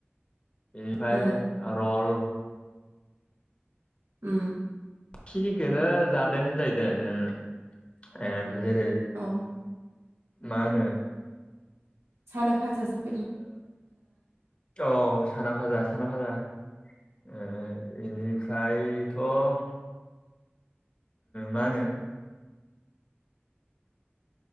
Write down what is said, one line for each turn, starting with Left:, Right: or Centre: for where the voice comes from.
Left: बेनिफ्राय
Right: उम
Left: रल
Right: उम
Left: ओखिनिखौनो जादों होनजायो दे ओमफ्राय जेरै
Right: औ
Left: मा होनो
Right: साना भाजा जाब
Left: औ साना भाजा साना भाजा ओ इनिफ्रायथ' मा होनो